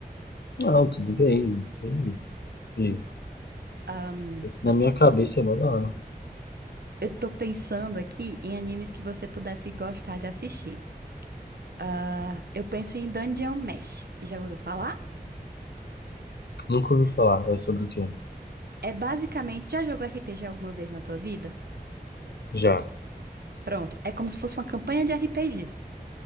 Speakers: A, on the left; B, on the right.
A: Não, tudo bem, tem erro.
B: Ahn,
A: É que Na
B: eu
A: minha cabeça é mó da hora.
B: Eu tô pensando aqui em animes que você pudesse gostar de assistir. Ah, eu penso em Dungeon Mesh. Já ouviu falar?
A: Nunca ouvi falar. É sobre o quê?
B: É basicamente, já jogou RPG alguma vez na tua vida?
A: Já.
B: Pronto, é como se fosse uma campanha de RPG.